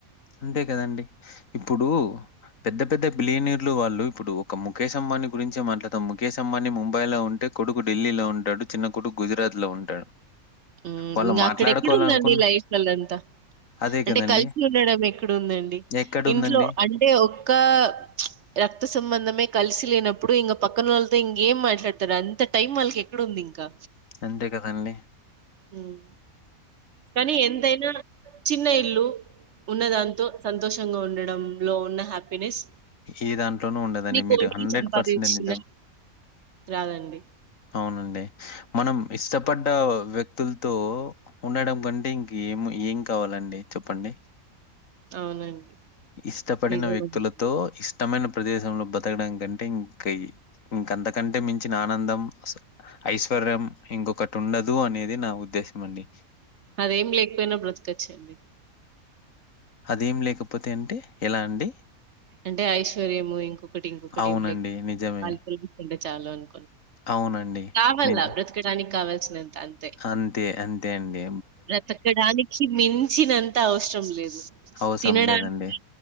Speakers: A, on the left; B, on the right.
A: అంతే కదండి ఇప్పుడు పెద్ద పెద్ద బిల్లినియెర్లు వాళ్ళు ఇప్పుడు ఒక ముఖేష్ అంబాని గురించె మాట్లాడుతాం. ముఖేష్ అంబాని ముంబై లో ఉంటే కొడుకు ఢిల్లీ లో ఉంటాడు చిన్న కొడుకు గుజరాత్ లో ఉంటాడు.
B: ఉమ్
A: వాళ్ళు
B: ఇంగ
A: మాట్లాడుకోవాలనుకున్న
B: అక్కడెక్కడ ఉందండి లైఫ్లలంతా
A: అదే
B: అంటే
A: కదండీ.
B: కలిసి వండడం ఎక్కడుందండి
A: ఎక్కడుందండి?
B: ఇంట్లో అంటే ఒక్కా రక్తసంబంధమే కలిసి లేనప్ ఇప్పుడు ఇంగ పక్కనోల్లతో ఇంకేం మాట్లాడ్తారు అంత టైం వాళ్ళకెక్కడుంది ఇంకా
A: అంతే కదా అండి.
B: మ్ కనీ ఎంతైనా చిన్న ఇల్లు ఉన్నదాంతో సంతోషంగా ఉండడంలో ఉన్న హ్యా హ్యాపీనెస్
A: ఏ దాంట్లోనూ ఉండదండి. మీరు
B: కోటి సంపాదిచిన్
A: నిజం.
B: రాదండి.
A: అవునండి మనం ఇష్టపడ్డ వ్యక్తుల్తో ఉండడం కంటే ఇంకేం ఏం కావాలండి చెప్పండి.
B: అవునండి.
A: ఇష్టపడిన
B: నిజమండి.
A: వ్యక్తులతో ఇష్టమైన ప్రదేశంలో బతకడం కంటే ఇంకా ఇంకంతకంటే మించిన ఆనందం అసల్ ఐశ్వర్యం ఇంకొకట్ ఉండదు అనేది నా ఉద్దేశం అండి.
B: అదేం లేక్పోయినా బ్రతకచ్ అండీ
A: ఆదేం లేకపోతే అంటే ఎలా అండి.
B: అంటే ఐశ్వర్యము ఇంకొకటి ఇంకొకటి
A: అవునండి.
B: ఏం లేక్
A: నిజమే.
B: ఆలోచిస్తుంటే చాలు అన్
A: అవునండి.
B: కావాల
A: నిజ
B: బ్రతకడానికి కావాల్సినం త అంతే
A: అంతే. అంతే అండి.
B: బ్రతకడానికి మించ్చినంత అవసరం లేదు.
A: అవ్సరం
B: తినడానికి,
A: లేదండి.